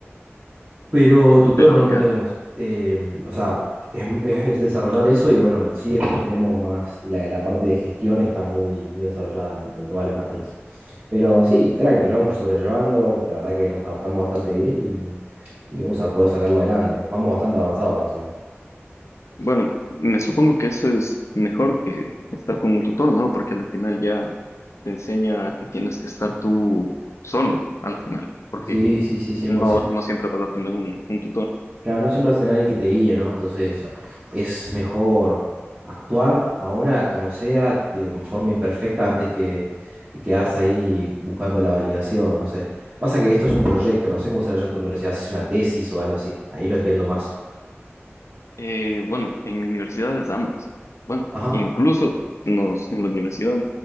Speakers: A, on the right; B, on the left.
A: Pero tutor
B: Pero
A: no,
B: ya,
A: no tenemos. Em, o sea, es, es- es desarrollar eso y bueno, sí después tenemos más, la, la parte de gestión está muy, muy desarrollada en, en todas las materias. Pero sí, tranquilo, vamos sobrellevando. La verdad que nos adaptamos bastante bien y, y vamos a poder sacarlo adelante. Vamos bastante avanzados encima.
B: bueno, me supongo que eso es mejor que estar con un tutor, ¿no? Porque al final ya te enseña que tienes que estar tú solo, al final. Porque
A: Sí, sí, sí, 100%.
B: no, no siempre vas a tener un, un tutor.
A: Claro, no siempre vas a tener alguien que te guíe, ¿no? Entonces es mejor actuar ahora como sea, de forma imperfecta, antes que, que quedarse ahí buscando la validación, no sé. Pasa que esto es un proyecto, no sé cómo será ya en tu universidad, si es una tesis o algo así. Ahí lo entiendo más.
B: Eh, bueno, en universidades ambas. Bueno,
A: Ajá.
B: incluso nos, en la universidad